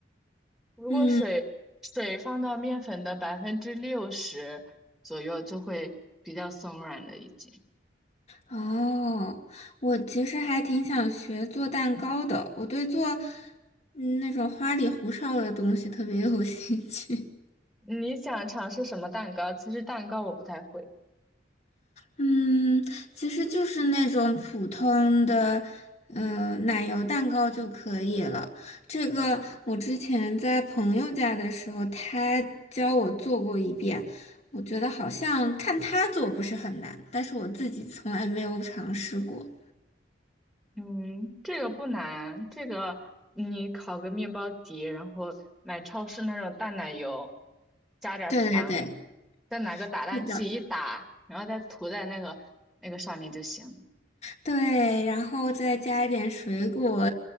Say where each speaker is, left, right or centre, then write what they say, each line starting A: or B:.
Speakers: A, in the centre; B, on the left.
A: 如果水水放到面粉的百分之六十左右，
B: 嗯。
A: 就会比较松软了已经。
B: 哦，我其实还挺想学做蛋糕的，我对做嗯那种花里胡哨的东西特别有 <laughs> 兴趣。
A: 你想尝试什么蛋糕？其实蛋糕我不太会。
B: 嗯，其实就是那种普通的，嗯、奶油蛋糕就可以了。这个我之前在朋友家的时候，他教我做过一遍，我觉得好像看他做不是很难，但是我自己从来没有尝试过。
A: 嗯，这个不难，这个你烤个面包底，然后买超市那种淡奶油，加点儿糖，
B: 对对对，
A: 再拿个打蛋器一打，
B: 是的。
A: 然后再涂在那个那个上面就行了
B: 对，然后再加一点水果、